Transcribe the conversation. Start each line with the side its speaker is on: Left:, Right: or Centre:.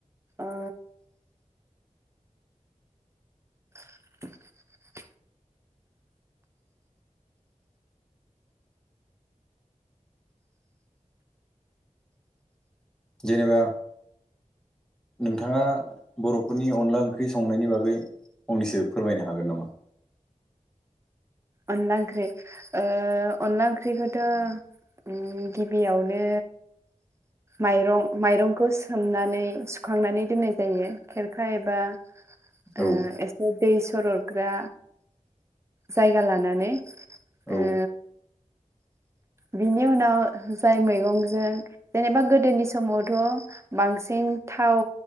Right: ओ द
Centre: जेनेबा नोंथाङा बर'फोरनि अनला ओंख्रि संनायनि बागै फंनैसो फोरमायनो हागोन नामा?
Right: अनला ओंख्रि ओ अनला ओंख्रिखौथ' ओम गिबियावनो माइरं माइरंखौ सोमनानै सुखांनानै दोननाय जायो खेरखा एबा ओ
Centre: औ
Right: एसे दै सरदग्रा जायगा लानानै ओ
Centre: औ
Right: बिनि उनाव जाय मैगंजों जेनेबा गोदोनि समावथ' बांसिन थाव